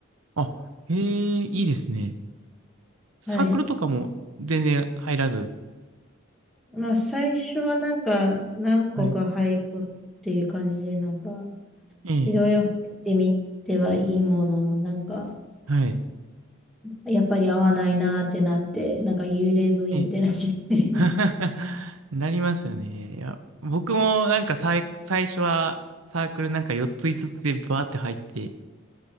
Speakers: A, on the right; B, in the centre.
A: あ、へえ、いいですね。サークルとかも全然入らず。
B: はい。まあ、最初はなんか、何個か入ろうっていう感じで、
A: はい。
B: なんか、
A: ええ、
B: いろいろ入ってみてはいいものの、なんか、
A: はい。
B: やっぱり合わないなーってなって、なんか幽霊部員みたいな感じになりました。
A: ええ。<laughs> なりますよね。いや、僕もなんかさい、最初はサークルなんか4つ5つつでバーって入って、